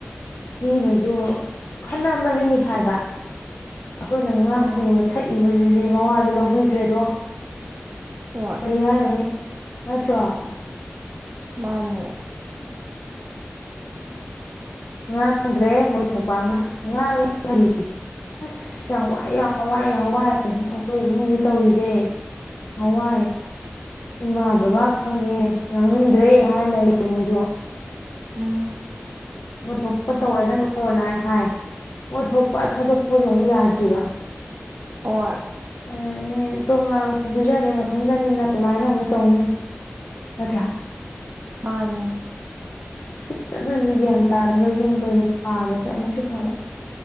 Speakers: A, on the left (about 85°); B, on the right (about 45°).
A: ꯃꯤꯅꯁꯨ ꯈꯅ ꯃꯟꯂꯤ ꯍꯥꯏꯕ ꯑꯩꯈꯣꯏꯅ ꯉꯥꯡꯉꯤꯕ
B: ꯎꯝ
A: ꯁꯛꯏꯕꯗꯨꯗꯤ ꯃꯋꯥꯗꯤ ꯂꯧꯕꯤꯗ꯭ꯔꯦꯗꯣ꯫
B: ꯍꯣꯏ
A: ꯀꯔꯤ ꯍꯥꯏꯔꯨꯅꯤ꯫ ꯅꯠꯇ꯭ꯔꫭ꯫
B: ꯃꯥꯅꯤ꯫
A: ꯉꯥꯡꯗ꯭ꯔꯦ ꯃꯣꯏ ꯊꯣꯛꯣꯛꯄ ꯑꯃ ꯉꯥꯡꯉꯦ ꯀꯔꯤ ꯑꯁ ꯌꯥꯝ ꯋꯥꯏ ꯌꯥꯝ ꯋꯥꯏ ꯌꯥꯝ ꯋꯥꯏ ꯑꯩꯈꯣꯏ ꯏꯃꯨꯡꯁꯦ ꯇꯧꯔꯤꯁꯦ ꯌꯥꯝ ꯋꯥꯏ ꯏꯃꯥ ꯕꯕꯥ ꯐꯪꯉꯦ ꯉꯥꯡꯅꯤꯡꯗ꯭ꯔꯦ ꯍꯥꯏꯔ ꯂꯩꯔꯦ ꯃꯣꯏꯁꯨ꯫
B: ꯎꯝ
A: ꯃꯣꯏ ꯊꯣꯛꯄ ꯇꯧꯔꯗꯅꯣꯅ ꯍꯥꯏ ꯃꯣꯏ ꯊꯣꯛꯄ ꯊꯥꯗꯣꯛꯄꯁꯨ ꯑꯃꯨꯛ ꯌꯥꯗ꯭ꯔꯤꯕ꯫
B: ꯍꯣꯏ
A: ꯑ꯫ ꯇꯣꯉꯥꯟꯅ ꯑꯃꯨꯛ ꯄꯤꯖꯔꯦ ꯃꯊꯟꯗꯅꯤꯅ ꯀꯃꯥꯏꯅ ꯑꯃꯨꯛ ꯇꯧꯅꯤ ꯅꯠꯇ꯭ꯔꯥ꯫
B: ꯃꯥꯅꯤ꯫
A: ꯈꯤꯇꯗꯁꯨ ꯒ꯭ꯌꯥꯟ ꯇꯥꯔꯒ ꯌꯨꯝ ꯀꯩꯩꯅꯣ ꯄꯥꯜꯂꯗꯤ ꯑꯃꯨꯛꯁꯨ ꯐꯥꯕ